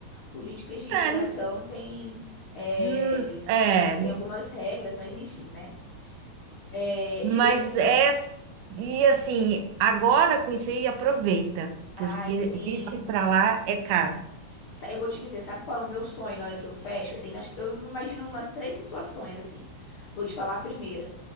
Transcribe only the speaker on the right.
Tá,
hum,
É,
mas
é, e assim, agora com isso aí aproveita, porque
visto pra lá é caro.